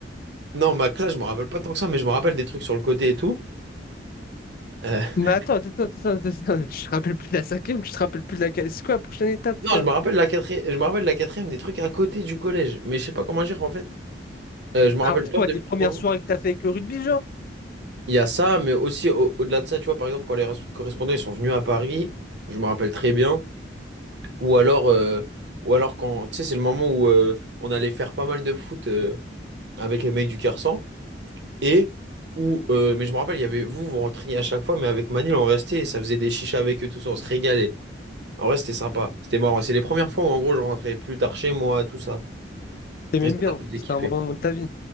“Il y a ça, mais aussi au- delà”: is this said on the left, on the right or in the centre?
Right